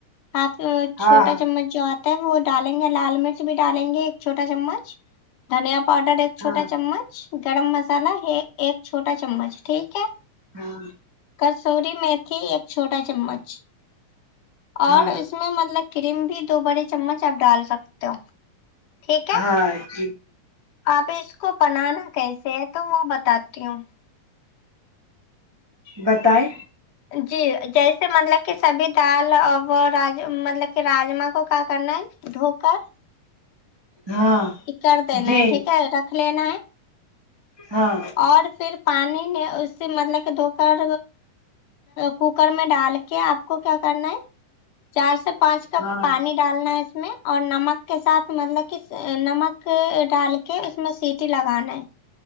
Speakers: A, on the left (about 70°); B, on the right (about 35°).
A: ہاف
B: ہاں
A: چھوٹا چمچ جو آ تا وہ ڈالیں گے لال مرچ بھی ڈالیں گے ایک چھوٹا چمچ دھنیا پاؤڈر ایک
B: ہاں
A: چھوٹا چمچ گرم مسالا ایک چھوٹا چمچ ٹھیک ہے
B: ہاں
A: کسوروری میتھی ایک چھوٹا چمچ اور
B: ہاں ہاں
A: اس میں مطلب کریم بھی دو بڑے چمچ آپ ڈال سکتے ہو ٹھیک ہے
B: ہاں جی
A: آپ اس کو بنانا کیسے ہے تو وہ بتاتی ہوں
B: بتائے
A: جی جیسے مطلب کہ سبھی دال اور رج مطلب کہ راجما کو کا کر نا ہے دھوکر
B: ہاں
A: کر دینا
B: جی
A: ٹھیک ہے رکھ لین
B: ہاں
A: اور پھر پانی نے اس سے مطلب کہ دھو کر کوکر میں ڈال کے آپ کو کیا کرنا ہے چار سے پانچ کپ
B: ہاں
A: پانی ڈالنا اس میں اور نمک کے ساتھ مطلب کہ نمک ڈال کے کہ اس میں سیٹی لگانا ہے